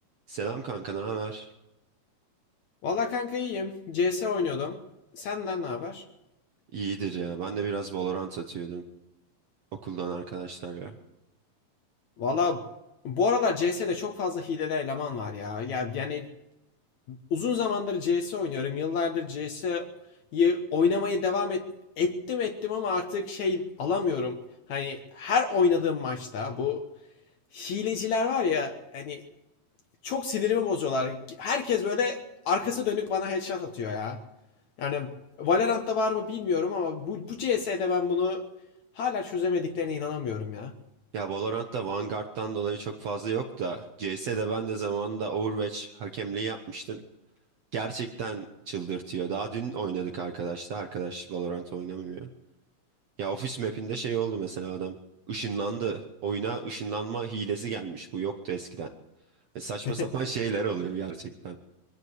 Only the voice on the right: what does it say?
Selam kanka, ne haber?
İyidir ya. Ben de biraz Valorant atıyordum okuldan arkadaşlarla.
Ya Valorant'ta Vanguard'dan dolayı çok fazla yok da C S'de ben de zamanında Overwatch hakemliği yapmıştım. Gerçekten çıldırtıyor. Daha dün oynadık arkadaşlar. Arkadaş Valorant oynamıyor. Ya ofis map'inde şey oldu mesela adam. ışınlandı Oyuna ışınlanma hilesi gelmiş. Bu yoktu eskiden. E, saçma
sapan şeyler oluyor gerçekten.